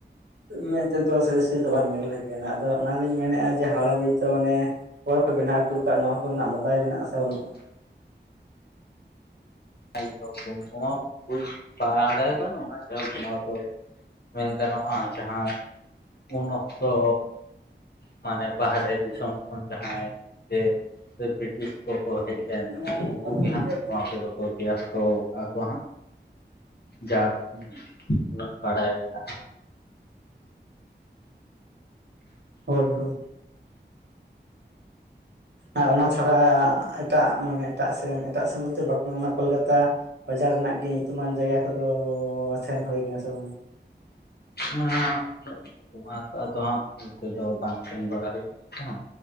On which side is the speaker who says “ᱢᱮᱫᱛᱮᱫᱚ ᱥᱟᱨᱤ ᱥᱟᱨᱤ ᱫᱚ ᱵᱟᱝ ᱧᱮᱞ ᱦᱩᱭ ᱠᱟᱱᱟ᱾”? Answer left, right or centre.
Right